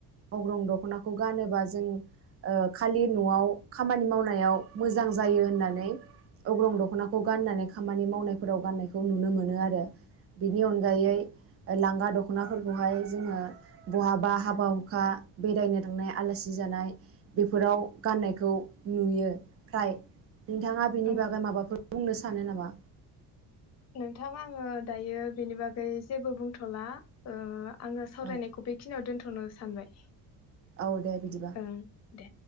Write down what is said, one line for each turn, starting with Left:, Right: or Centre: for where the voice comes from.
Right: अग्रं दख'नाखौ गानोबा जों ओ खालि न'आव खामानि मावनायाव मोजां जायो होननानै अग्रं दख'नाखौ गाननानै खामानि मावनायफोराव गाननायखौ नुनो मोनो आरो। बिनि अनगायै लांगा दख'नाफोरखौहाय जोंङो बहाबा हाबा हुखा बेरायनो थांनाय आलासि जानाय बेफोराव गाननायखौ नुयो फ्राय नोंथाङा बेनि
Left: औ
Right: बागै माबाफोर बुंनो सानो नामा?
Left: नोंथां आंङो दायो बेनि बागै जेबो बुंथ'ला ओ आंङो सावरायनायखौ
Right: औ
Left: बेखिनियाव दोनथ'नो सानबाय।
Right: औ दे बिदिबा।
Left: ओं दे